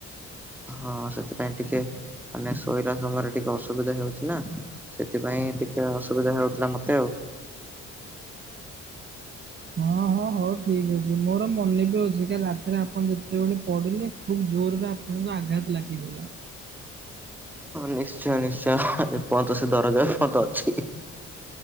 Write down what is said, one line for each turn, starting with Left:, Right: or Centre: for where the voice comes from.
Centre: ହଁ ସେଥିପାଇଁ ଟିକେ ମାନେ ଶୋଇଲା ସମୟରେ ଟିକେ ଅସୁବିଧା ହେଉଛି ନା ସେଥିପାଇଁ ଟିକେ ଅସୁବିଧା ହେଉଥିଲା ମତେ ଆଉ।
Right: ହଁ ହଁ ହଉ ଠିକ୍ ଅଛି ମୋର ମନେ ବି ଅଛି କାଲି ରାତିରେ ଆପଣ ଯେତେବେଳେ ପଡିଲେ ଖୁବ ଜୋରରେ ଆପଣଙ୍କୁ ଆଘାତ ଲାଗିଥିଲା।
Centre: ନିଶ୍ଚୟ ନିଶ୍ଚୟ ଏପନ୍ତ ସେ ଦରଜ ଏପନ୍ତ ଅଛି।